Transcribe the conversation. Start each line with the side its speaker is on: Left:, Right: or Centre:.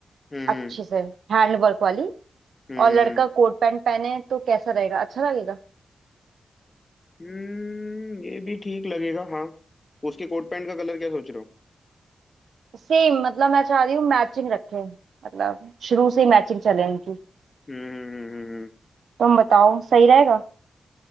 Left: हम्म
Right: अच्छे से हैंड वर्क वाली
Left: हम्म
Right: और
Left: हम्म
Right: लड़का
Left: हम्म हम्म।
Right: कोट पैंट पहने तो कैसा रहेगा अच्छा लगेगा
Left: हम्म, ये भी ठीक लगेगा हाँ उसके कोट पैंट का कलर क्या सोच रहे हो
Right: सेम मतलब मैं चाह रही हूँ मैचिंग रखें मतलब शुरू से ही मैचिंग चले इनकी
Left: हम्म हम्म हम्म, हम्म। हम्म।
Right: तुम बताओ सही रहेगा